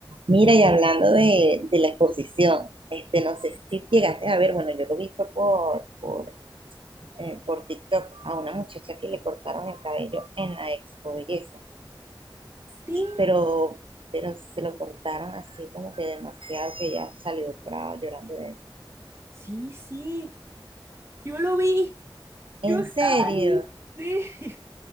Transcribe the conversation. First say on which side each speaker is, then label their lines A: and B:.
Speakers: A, on the right; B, on the right.
A: Mira, y hablando de, de la exposición, este, no sé si llegaste a ver, bueno, yo lo he visto por, por, eh, por TikTok a una muchacha que le cortaron el cabello en la Expo Belleza,
B: Sí,
A: y- pero, pero se lo cortaron así como que demasiado, que ella salió brava llorando de
B: sí, sí, yo lo vi,
A: ¿En
B: yo estaba
A: serio?
B: ahí, sí.